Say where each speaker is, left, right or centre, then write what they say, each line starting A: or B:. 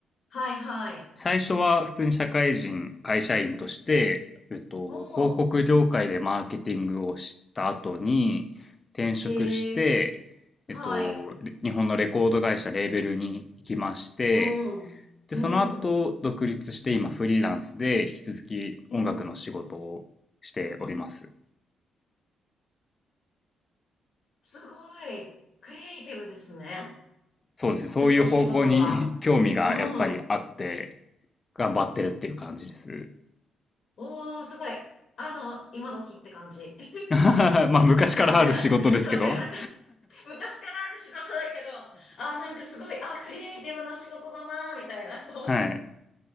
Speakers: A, on the left (about 55°); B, on the left (about 30°).
A: はい、はい。
B: 最初は普通に社会人、会社員として、えっと、
A: お
B: 広告業界でマーケティングをした後に転職して、
A: ー。へえ。
B: えっと、
A: はい。
B: 日本のレコード会社レーベルに行きまして、
A: うん。
B: で、
A: うん。
B: その後独立して今フリーランスで引き続き音楽の仕事をしております。
A: うん。すごい。クリエイティブですね。
B: そうですね。そういう方向に
A: ずっとお仕事は。
B: <laughs> 興味がやっぱりあって、
A: うん。うん。
B: 頑張ってるっていう感じです。
A: おー、すごい。あの、今時って感じ。<laughs>
B: <laughs> まあ、昔からある仕事ですけど。
A: すいません。すいません。<laughs> 昔からある仕事だけど、あー、なんかすごい、あー、クリエイティブな仕事だなー、みたいな、と思って。
B: はい。